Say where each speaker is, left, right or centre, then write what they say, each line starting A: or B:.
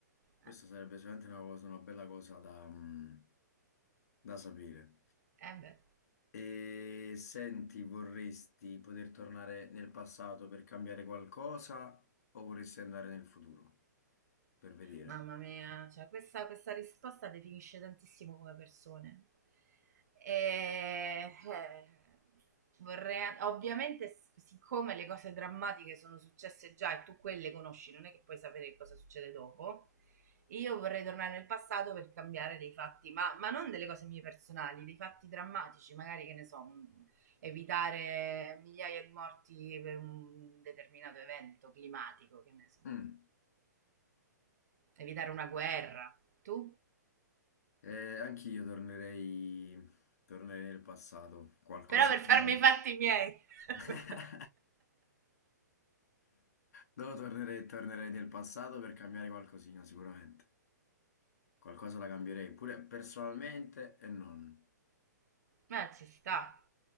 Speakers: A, on the left; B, on the right.
A: Questa
B: Eh,
A: sarebbe sicuramente una cosa, una bella cosa da, mm, da sapere.
B: eh beh.
A: E senti, vorresti poter tornare nel passato per cambiare qualcosa o vorresti andare nel futuro per vedere?
B: Mamma mia, cioè questa, questa risposta definisce tantissimo come persone. E, eh, vorrei, ovviamente, s- siccome le cose drammatiche sono successe già e tu quelle conosci, non è che puoi sapere cosa succede dopo. Io vorrei tornare nel passato per cambiare dei fatti, ma, ma non delle cose mie personali, dei fatti drammatici, magari che ne so, un- evitare migliaia di morti per un determinato evento climatico, che ne so
A: Mm.
B: evitare una guerra. Tu?
A: Eh, anch'io tornerei, tornerei nel passato, qualcosina.
B: Però per farmi i fatti miei. <laughs>
A: <laughs> No, tornerei, tornerei nel passato per cambiare qualcosina, sicuramente. Qualcosa la cambierei, pure personalmente e non.
B: Ma ci sta.